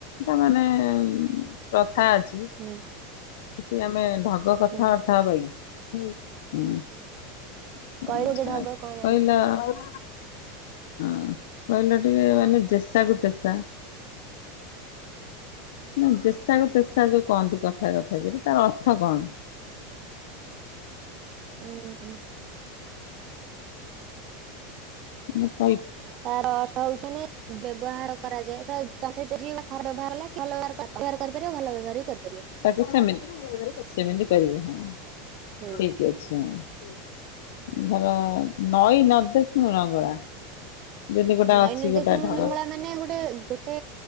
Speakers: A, on the left; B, on the right.
A: ତାମାନେ ଉମ ପ୍ର ଥା ଅଛି।
B: ହୁଁ
A: କିଛି ଆମେ ଢଗ କଥାବାର୍ତା
B: ହୁଁ
A: ହବା କି? ହୁଁ। ହୁଁ
B: କହିଲୁ ଗୋଟେ ଢଗ
A: ଆ
B: କଣ ଜାଣିଛ?
A: କହିଲା ହୁଁ! କହିଲ ଟିକେ ମାନେ ଜେସା କୁ ତେସା। <inaudible> ନା ଜେସା କୁ ତେସା ଯୋଉ କହନ୍ତି କଥା କଥା କରି, ତାର ଅର୍ଥ କଣ?
B: ଉଁ।
A: ଉଁହ ଉଁ!
B: ତାର ଅର୍ଥ ହଉଛ ନେ ବ୍ୟବହାର କରାଯାଏ। କାରଣ ତା ସହିତ ଯେ ଖରାପ ବ୍ୟବହାର କଲେ ଭଲ କରିପାରିବ ଭଲ ବ୍ୟବହାର ବି କରିପା
A: ତାକୁ ସେମି, ସେମିତି କରିବୁ ହଁ।
B: ହୁଁ
A: ଠିକ ଅଛି। ହଁ! ଧର ନଈ ନ ଦେଖୁଣୁ ନଙ୍ଗଳା। ଯଦି ଗୋଟା
B: ନଈ
A: ଅଛି
B: ନ
A: ଗୋଟା
B: ଦେଖୁଣୁ
A: ଢଳ
B: ନଙ୍ଗଳା ମାନେ ଗୋଟେ ଗୋଟେ